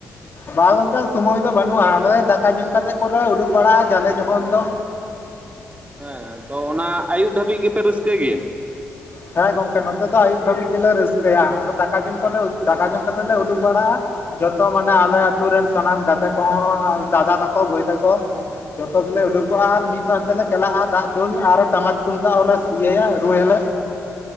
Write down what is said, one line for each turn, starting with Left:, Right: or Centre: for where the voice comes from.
Left: ᱵᱟᱝ ᱜᱚᱝᱠᱮ ᱥᱚᱢᱚᱭ ᱫᱚ ᱵᱟᱹᱱᱩᱜᱼᱟ ᱟᱞᱮ ᱫᱟᱠᱟ ᱡᱚᱢ ᱠᱟᱛᱮᱫ ᱠᱚᱞᱮ ᱩᱰᱩᱠ ᱵᱟᱲᱟᱜᱼᱟ ᱡᱷᱟᱞᱮ ᱡᱚᱠᱷᱚᱱ ᱫᱚ᱾
Right: ᱦᱮᱸ ᱛᱚ ᱚᱱᱟ ᱟᱹᱭᱩᱵ ᱫᱷᱟᱹᱵᱤᱡ ᱜᱮᱯᱮ ᱨᱟᱹᱥᱠᱟᱹᱭ ᱜᱮᱭᱟ?
Left: ᱦᱮᱸ ᱜᱚᱢᱠᱮ ᱱᱚᱛᱮ ᱫᱚ ᱟᱹᱭᱩᱵ ᱫᱷᱟᱹᱵᱤᱡ ᱜᱮᱞᱮ ᱨᱟᱹᱥᱠᱟᱹᱭᱟ ᱟᱫᱚ ᱫᱟᱠᱟ ᱡᱚᱢ ᱯᱚᱨᱮ, ᱫᱟᱠᱟ ᱡᱚᱢ ᱠᱟᱛᱮᱫ ᱞᱮ ᱩᱰᱩᱠ ᱵᱟᱲᱟᱜᱼᱟ᱾ ᱡᱚᱛᱚ ᱢᱟᱱᱮ ᱟᱞᱮ ᱟᱛᱩ ᱨᱮᱱ ᱥᱟᱱᱟᱢ ᱜᱟᱛᱮ ᱠᱚᱦᱚᱸ ᱟᱨ ᱫᱟᱫᱟ ᱛᱟᱠᱚ ᱵᱷᱟᱹᱭ ᱛᱟᱠᱚᱼᱼ ᱡᱚᱛᱚ ᱜᱮᱞᱮ ᱩᱰᱩᱠᱚᱜᱼᱟ ᱟᱨ ᱢᱤᱫ ᱥᱟᱶ, ᱛᱮᱞᱮ ᱪᱟᱞᱟᱜᱼᱟ ᱫᱟᱜ ᱫᱩᱞ ᱟᱨ ᱴᱟᱢᱟᱠ ᱛᱩᱢᱫᱟᱹᱜ ᱦᱚᱸᱞᱮ ᱤᱭᱟᱹᱭᱟ ᱨᱩ ᱟᱞᱮ᱾